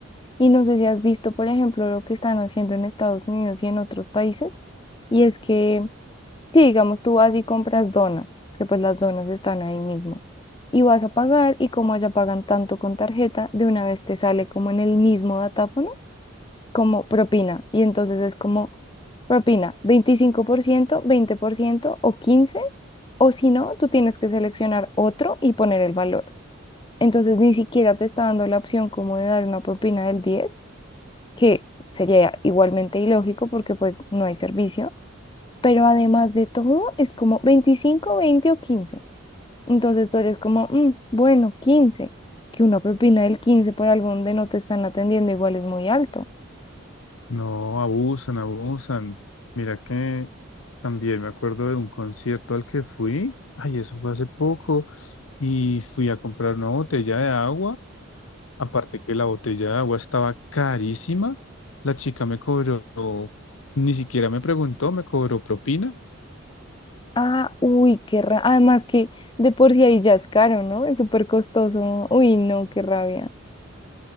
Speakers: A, on the left (about 20°); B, on the left (about 75°).
A: Y no sé si has visto, por ejemplo, lo que están haciendo en Estados Unidos y en otros países, y es que Sí, digamos, tú vas y compras donas, que pues las donas están ahí mismo. Y vas a pagar y como allá pagan tanto con tarjeta, de una vez te sale como en el mismo datáfono, como propina. Y entonces es como propina, 25%, 20% o 15%, o si no, tú tienes que seleccionar otro y poner el valor. Entonces ni siquiera te está dando la opción como de dar una propina del 10, que sería igualmente ilógico porque pues no hay servicio pero además de todo, es como veinticinco, veinte o quince, Entonces tú eres como, "Mm, bueno, quince, Que una propina del 15 por algo donde no te están atendiendo igual es muy alto.
B: No, abusan, abusan. Mira que también me acuerdo de un concierto al que fui, ay, eso fue hace poco, y fui a comprar una botella de agua Aparte que la botella de agua estaba carísima, la chica me cobró, ni siquiera me preguntó, me cobró propina.
A: Ah, uy, qué rabia. Además que de por sí ahí ya es caro, ¿no? Es súper costoso. Uy, no, qué rabia.